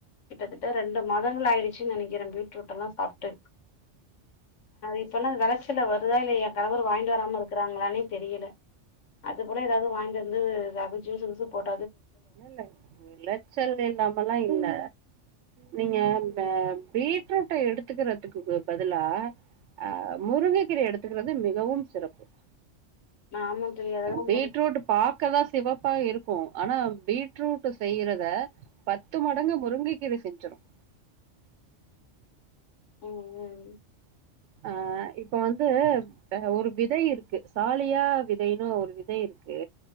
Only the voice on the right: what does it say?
இல்ல விளச்சல் இல்லாமலாம் இல்ல நீங்க பீட்ரூட்டை எடுத்துக்கிறதுக்கு பதிலா அ முருங்கைக்கீரை எடுத்துக்கிறது மிகவும் சிறப்பு
பீட்ரூட்
பாகதான் சிவப்பா இருக்கும் <inaudible> ஆனா பீட்ரூட் செய்றத பத்து மடங்கு முருங்கைக்கிர செஞ்சிடும்
ஆ இப்ப வந்து ஒரு விதை இருக்கு சாலியா விதைன்னு ஒரு விதை இருக்கு